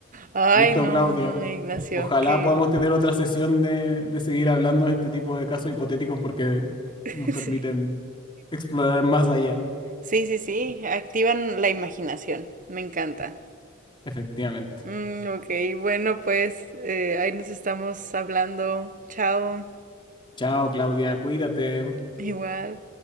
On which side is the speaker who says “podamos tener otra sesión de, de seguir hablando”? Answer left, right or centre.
Left